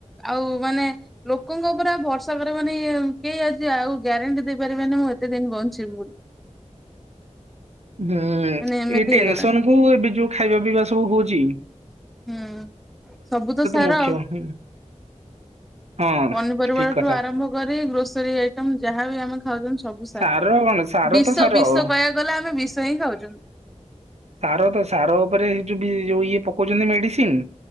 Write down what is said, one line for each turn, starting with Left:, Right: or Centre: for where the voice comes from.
Centre: ଆଉ ମାନେ ଲୋକଙ୍କ ଉପରେ ଆ ଭରସା କରିବନି ମାନେ କେହି ଆଜି ଆଉ ଗ୍ୟାରେଣ୍ଟି ଦେଇପାରିବେନି ମୁଁ ଏତେ ଦିନ ବଞ୍ଚିବି ବୋଲି।
Right: ହୁଁ ଏଇ
Centre: ମାନେ ଏମିତି
Right: ଟେନସନ
Centre: ହେଇଗଲାଣି
Right: କୁ ଏବେ ଯୋଉ ଖାଇବା ପିଇବା ସବୁ ହଉଚି।
Centre: ହୁଁ ସବୁ ତ ସାର
Right: ମୁଖ୍ୟ
Centre: ଆଉ।
Right: ହୁଁ। ହଁ
Centre: ପନିପରିବାଠୁ
Right: ଠିକ କଥା
Centre: ଆରମ୍ଭ କରି ଗ୍ରୋସରୀ ଆଇଟମ ଯାହାବ ଆମେ ଖାଉଛନ୍ତି ସ ସବୁ ସା
Right: ସାର କଣ ସାର
Centre: ବିଷ
Right: ତ ସାର
Centre: ବିଷ
Right: ହଁ
Centre: କହିଆକୁ ଗଲେ ଆମେ ବିଷ ହିଁ ଖାଉଛୁ।
Right: ସାର ତ ସାର ଉପରେ ହି ଯୋଉ ବି ଯୋଉ ଇଏ ପକଉଛନ୍ତି ମେଡିସିନ?